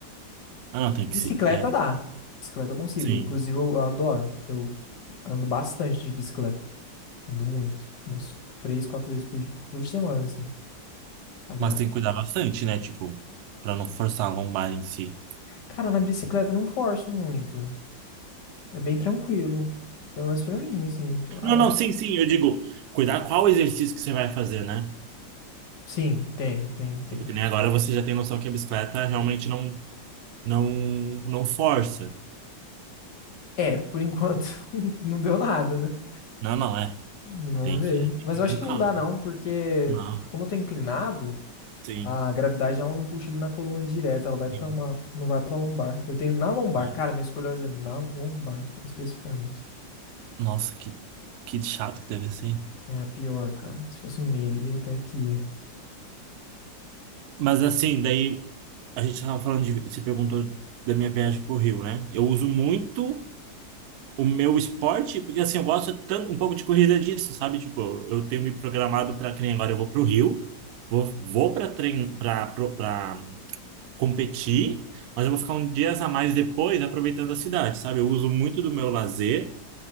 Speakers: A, on the right; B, on the left.
A: Ah, não, tem que
B: Bicicleta
A: se, é,
B: dá. Bicicleta eu consigo.
A: sim.
B: Inclusive eu eu adoro. Eu ando bastante de bicicleta. Ando muito. Umas três, quatro vezes por, por semana, assim. Sagrado.
A: Mas tem que cuidar bastante, né? Tipo, pra não forçar a lombar em si.
B: Cara, na bicicleta eu não forço muito. É bem tranquilo. Pelo menos pra mim, assim. Ah,
A: Não, não, sim, sim, eu digo, cuidar qual exercício que você vai fazer, né?
B: sim, tem, tem, tem.
A: Tipo, que nem agora você já tem noção que a bicicleta realmente não, não, não força.
B: É, por enquanto <laughs> não deu nada, né?
A: Não, não, é.
B: Vamos
A: Tem que,
B: ver.
A: tem
B: Mas
A: que
B: eu
A: ir
B: acho
A: com
B: que
A: calma.
B: não dá, não, porque
A: Não,
B: como eu tô inclinado,
A: sim,
B: a gravidade ela não puxa ele na coluna direta, ela vai pra
A: sim,
B: uma. Não vai pra lombar. Eu tenho na lombar.
A: sim.
B: Cara, minha escoliose é na lombar, especificamente.
A: Nossa, que, que chato que deve ser.
B: É a pior, cara. Se fosse no meio, ele ia até aqui. é.
A: Mas assim, daí a gente estava falando de, você perguntou da minha viagem pro Rio, né? Eu uso muito o meu esporte, porque assim, eu gosto tanto, um pouco de corrida disso, sabe? Tipo, eu tenho me programado para que nem agora eu vou pro Rio, vou, vou para trein, para para competir, mas eu vou ficar um dias a mais depois aproveitando a cidade, sabe? Eu uso muito do meu lazer,